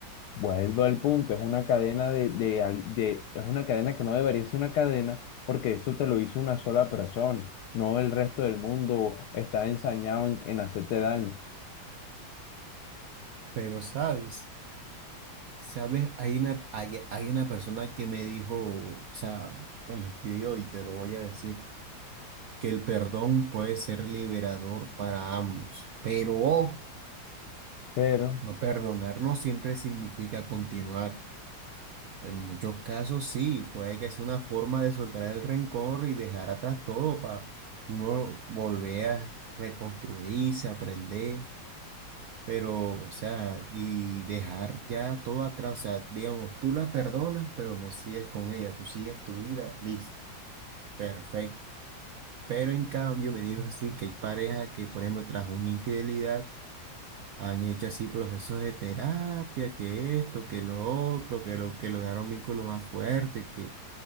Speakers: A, on the left (about 75°); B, on the right (about 75°).
A: vuelvo al punto, es una cadena de, de, al- de- es una cadena que no debería ser una cadena porque eso te lo hizo una sola persona, no el resto del mundo está ensañado en, en hacerte daño.
B: pero sabes, sabes, hay una, hay, hay una persona que me dijo, o sea, me lo escribió y te lo voy a decir, que el perdón puede ser liberador para ambos, pero ojo
A: Pero,
B: No perdonar no siempre significa continuar. En muchos casos sí, puede que sea una forma de soltar el rencor y dejar atrás todo para uno volver a reconstruirse, aprender, pero, o sea, y dejar ya todo atrás. O sea, digamos, tú la perdonas, pero no sigues con ella, tú sigues tu vida, listo, perfecto. Pero en cambio me dijo así que hay parejas que, por ejemplo, tras una infidelidad, Han hecho así procesos de terapia, que esto, que lo otro, que lo que lograron un vínculo más fuerte, que